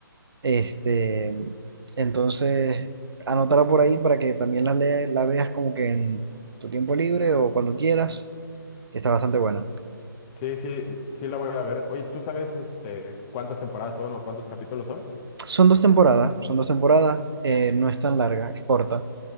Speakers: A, on the right (about 90°); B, on the left (about 20°).
A: Este, entonces, anótala por ahí para que también la, lea- la veas como que en tu tiempo libre o cuando quieras. Está bastante buena.
B: Sí, sí, sí la voy a ver. Oye, ¿tú sabes este cuántas temporadas son o cuántos capítulos son?
A: Son dos temporadas, son dos temporadas, eh, no es tan larga, es corta,